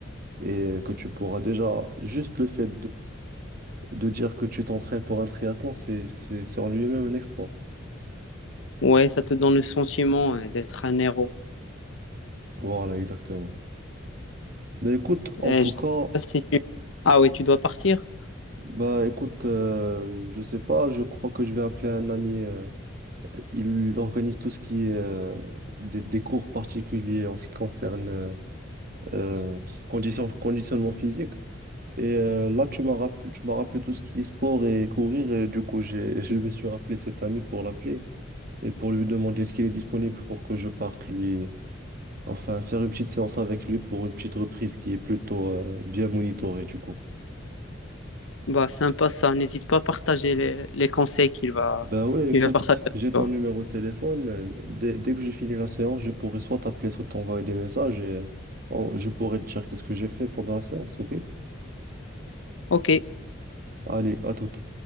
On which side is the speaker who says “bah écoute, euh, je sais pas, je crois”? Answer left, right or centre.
Right